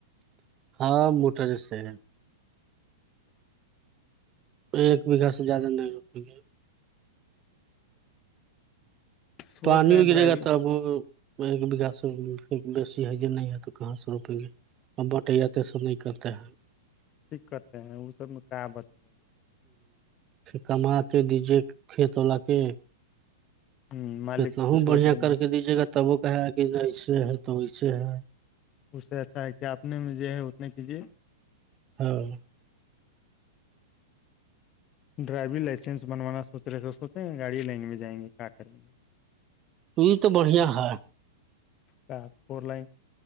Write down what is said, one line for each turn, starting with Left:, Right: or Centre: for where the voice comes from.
Right: ہاں موٹا جیس ہے ایک بیگھہ سے زیادہ نہیں رپے گے
Left: سوچ
Right: پانی
Left: رہے ہیں ڈرائیو
Right: گرے گا تو اب ایک بیگھا سے بی ہے جو نہیں ہے تو کہاں سے روپیں گے ا بٹیا تسو نہیں کرتے ہیں
Left: ٹھ کرتے ہیں ا سب میں کا بچ <unintelligible>
Right: کما کے دییے کھیت ولاا کے
Left: ہ مالک
Right: کتنا
Left: کچھ
Right: بڑھیا
Left: بچ بھی
Right: کر
Left: نہیں
Right: کے دیجیے گا تب وہ کہے گ کہ ایسے ہے تو ویسے ہے
Left: اس سے اچھا ہے کیا اپنے میں جو ہے اتنے کیجیے
Right: ہاں
Left: ڈرائیوریگ لائسنس بنوانا سوچ رہے تھ سوچے ہیں گاڑی لائن میں جائیں گے کیا کریں گے
Right: یہ یہ تو بڑھیا ہے
Left: کا فور لائن